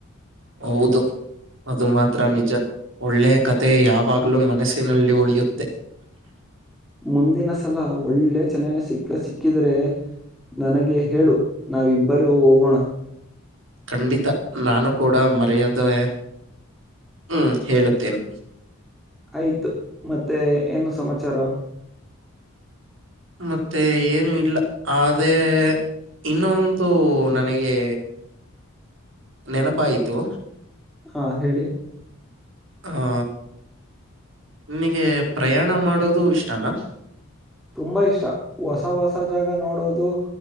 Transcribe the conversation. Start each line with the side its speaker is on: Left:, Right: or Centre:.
Right: ಹೌದು ಅದು ಮಾತ್ರ ನಿಜ ಒಳ್ಳೆಯ ಕತೆೆ ಯಾವಾಗ್ಲೂ ಮನಸ್ಸಿನಲ್ಲಿ ಉಳಿಯುತ್ತೆ
Centre: ಮುಂದಿನ ಸಲ ಒಳ್ಳೆ ಚೆನ್ನ ಸಿಕ್ಕ ಸಿಕ್ಕಿದ್ರೆ ನನಗೆ ಹೇಳು ನಾವಿಬ್ಬರೇ ಹೋಗೋಣ
Right: ಖಂಡಿತ ನಾನು ಕೂಡ ಮರೆಯದೆ ಹ್ಮ್ ಹೇಳುತ್ತೇನೆ
Centre: ಆಯ್ತು ಮತ್ತೆ ಏನು ಸಮಾಚಾರ
Right: ಮತ್ತೆ ಏನು ಇಲ್ಲ ಅದೇ ಇನ್ನೊಂದು ನನಗೆ ನೆನಪಾಯಯ್ತು
Centre: ಹಾ ಹೇಳಿ
Right: ಹಾ ನಿನಗೆ ಪ್ರಯಾಣ ಮಾಡೋದು ಇಷ್ಟನಾ
Centre: ತುಂಬಾ ಇಷ್ಟ ಹೊಸ ಹೊಸ ಜಾಗ ನೋಡೋದು